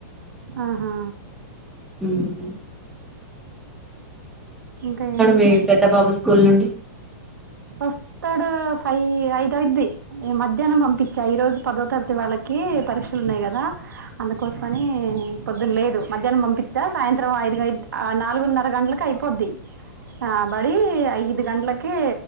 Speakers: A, on the right (about 85°); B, in the centre.
A: ఆహా
B: హుమ్
A: ఇంకా ఏమిటి
B: మీ
A: మరి
B: పెద్ద బాబు స్కూల్ నుండి
A: వస్తడు ఐ ఐదు అయిద్ది మధ్యాహ్నం పంపిచా ఈరోజు పదో తరగతి వాళ్ళకి పరీక్షలు ఉన్నాయి కదా అందుకోసమని పొద్దున లేదు మధ్యాహ్నం పంపిచా సాయంత్రం ఐదు నాలుగున్నర గంటలకి అయిపోద్ది ఆ బడి ఐదు గంట్లకి